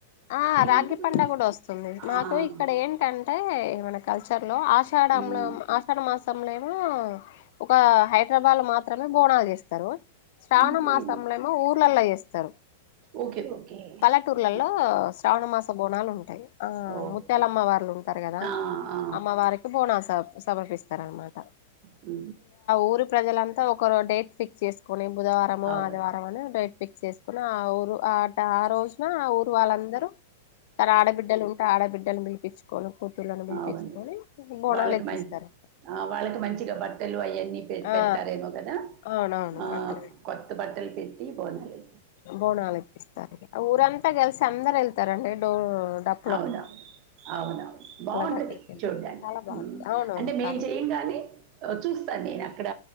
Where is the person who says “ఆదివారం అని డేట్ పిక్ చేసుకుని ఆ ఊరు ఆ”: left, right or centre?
Left